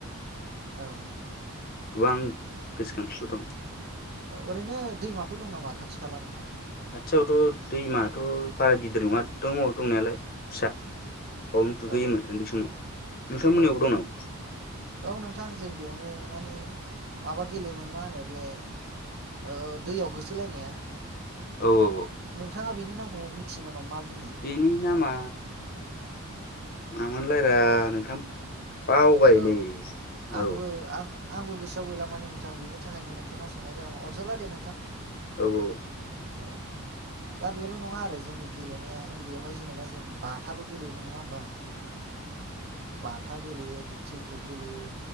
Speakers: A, on the right; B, on the left.
A: औ
B: गोबां गोसोखांथिफोर दं
A: औ ओरैनो दैमाफोर दं नामा खाथि खाला नोंथां
B: खाथियावथ' दैमाथ' बारा गिदिर नङा दङ दंनायालाय फिसा बावनो दुगैयोमोन
A: औ
B: उन्दै समाव नोंथांमोननियावबो
A: औ
B: दं नामा
A: औ औ नोंथां जों बेयावनो माने माबा गेलेयोमोन मा होनो बे ओ दैयाव होसोलायनाया
B: औ औ
A: नोंथाङा बेनि नामखौ मिथियो नामा मा बुं
B: बेनि नामा मामोनलायरा नोंथां बावबायलै
A: औ आंबो
B: औ
A: आं आंबो गोसो थ' गैलामानि नोंथां बिनि थाखायनो नोंथांनाव सोंनाय जादोंमोन अरजाला दे नोंथां
B: औ औ औ
A: औ दा बेल' नङा आरो जोंनि गेलेनाया उन्दैयावहाय जेनेबा जों बाथाबो गेलेयोमोन नङा होमबा बाथा गेलियो क्रिकेट गेलेयो